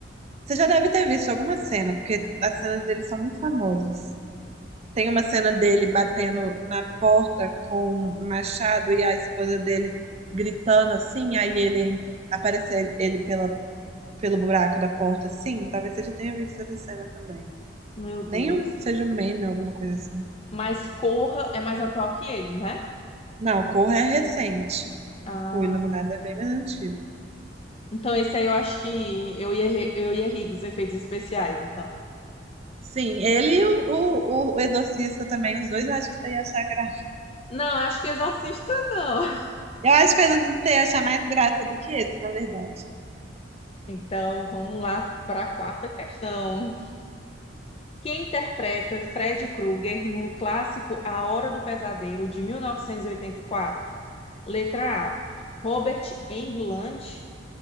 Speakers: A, on the right; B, on the left.
A: Você já deve ter visto alguma cena, porque as cenas dele são muito famosas. Tem uma cena dele batendo na porta com um machado e a esposa dele gritando assim, aí ele aparecer ele pela, pelo buraco da porta assim. Talvez você já tenha visto essa cena também.
B: Meu Deus.
A: Nem um- seja um meme ou alguma coisa assim.
B: Mas Corra é mais atual que ele, né?
A: Não, Corra é recente.
B: Ah,
A: O Iluminado é bem mais antigo.
B: então esse aí eu acho que eu ia, re- eu ia rir dos efeitos especiais, então.
A: Sim, ele e o, o, o Exorcista também, os dois eu acho que você ia achar graça.
B: Não, acho que Exorcista não. <laughs>
A: Eu acho que o Exorcista você ia achar mais graça do que esse, na verdade.
B: Então vamos lá para a quarta questão. Quem interpreta Fred Krueger no clássico A Hora do Pesadelo de mil novecentos e e oitenta e quatro Letra A, Robert Englund.